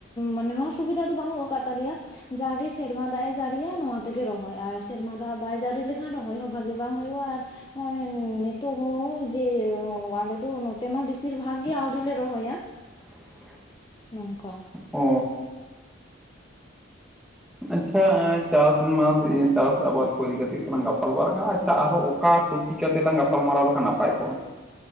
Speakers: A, on the left (about 20°); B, in the centre.
A: ᱢᱟᱱᱮ ᱱᱚᱣᱟ ᱥᱩᱵᱤᱫᱷᱟ ᱫᱚ ᱵᱟᱹᱱᱩᱜ ᱟᱠᱟᱫ ᱛᱟᱞᱮᱭᱟ ᱡᱟᱜᱮ ᱥᱮᱨᱢᱟ ᱫᱟᱜ ᱮ ᱡᱟᱹᱲᱤᱭᱤᱭᱟ ᱱᱚᱣᱟ ᱛᱮᱜᱮ ᱨᱚᱦᱚᱭ ᱟᱨ ᱥᱮᱨᱢᱟ ᱫᱟᱜ ᱵᱟᱭ ᱡᱟᱹᱲᱤ ᱞᱮᱠᱷᱟᱱ ᱨᱚᱦᱚᱭ ᱦᱚᱸ ᱵᱷᱟᱜᱤ ᱵᱟᱝ ᱦᱩᱭᱩᱜᱼᱟ ᱟᱨ ᱚᱜᱚᱭ ᱱᱤᱛᱚᱜ ᱦᱚᱸ ᱡᱮ ᱟᱞᱮᱫᱚ ᱱᱚᱛᱮ ᱢᱟ ᱵᱮᱥᱤᱨ ᱵᱷᱟᱜᱽ ᱜᱮ ᱟᱹᱣᱨᱤ ᱞᱮ ᱨᱚᱦᱚᱭᱟ ᱾
B: <inaudible>
A: ᱱᱚᱝᱠᱟ
B: ᱚ ᱟᱪᱪᱷᱟ ᱪᱟᱥ ᱢᱟᱥ ᱪᱟᱥ ᱟᱵᱟᱫᱽ ᱠᱚ ᱤᱫᱤ ᱠᱟᱛᱮ ᱜᱮᱞᱟᱝ ᱜᱟᱯᱟᱞᱢᱟᱨᱟᱜ ᱟᱠᱟᱱᱟ ᱾ ᱟᱪᱪᱷᱟ ᱟᱨ ᱦᱚᱸ ᱟᱠᱟ ᱴᱚᱯᱤᱠ ᱠᱟᱛᱮ ᱞᱟᱝ ᱜᱟᱯᱟᱞᱢᱟᱨᱟᱣ ᱞᱮᱠᱷᱟᱱ ᱱᱟᱯᱟᱭ ᱠᱚᱜ-ᱟ᱾